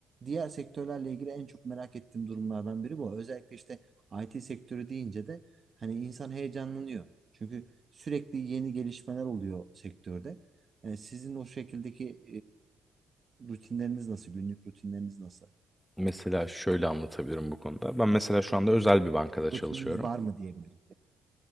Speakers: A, on the right; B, in the centre.
A: diğer sektörlerle ilgili en çok merak ettiğim durumlardan biri bu. Özellikle işte IT sektörü deyince de hani insan heyecanlanıyor. Çünkü sürekli yeni gelişmeler oluyor sektörde. E, sizin o şekildeki e, rutinleriniz nasıl? Günlük rutinleriniz nasıl?
B: Mesela şöyle anlatabilirim bu konuda. Ben mesela şu anda özel bir bankada
A: Ya da
B: çalışıyorum.
A: rutininiz var mı diyebilirim.